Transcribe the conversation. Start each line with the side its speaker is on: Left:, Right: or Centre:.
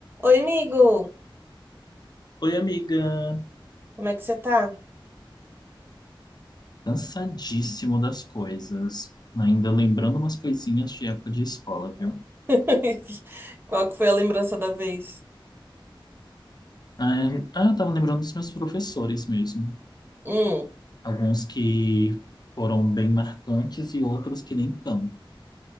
Right: Oi, amigo!
Left: Oi, amiga.
Right: Como é que você tá?
Left: Cansadíssimo das coisas. Ainda lembrando umas coisinhas de época de escola, viu?
Right: <laughs> Qual que foi a lembrança da vez?
Left: Ah, é- ah, eu tava lembrando dos meus professores mesmo.
Right: Hum,
Left: Alguns que foram bem marcantes e outros que nem tanto.